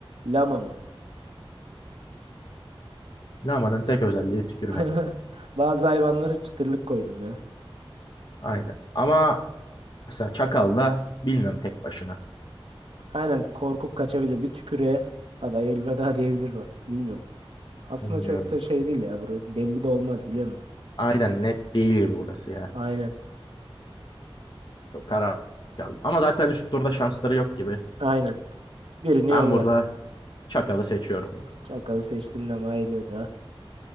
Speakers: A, on the right; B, on the left.
A: Lama mı?
B: Lamanın tek özelliği tükürmek.
A: <laughs> Bazı hayvanları çıtırlık koydum ya.
B: Aynen. Ama mesela Çakal da bilmiyorum tek başına.
A: Aynen korkup kaçabilir. Bir tükürüğe hadi elveda <laughs> diyebilir mi? Bilmiyorum. Aslında
B: Bilmiyorum.
A: çok da şey değil ya. Burada belli de olmaz biliyor musun?
B: Aynen net değil gibi burası ya.
A: Aynen.
B: Çok karar aldım. Ama zaten üst turda şansları yok gibi.
A: Aynen. Birini
B: Ben
A: yolla.
B: burada Çakal'ı seçiyorum burada.
A: Çakalı seçtin ama elveda.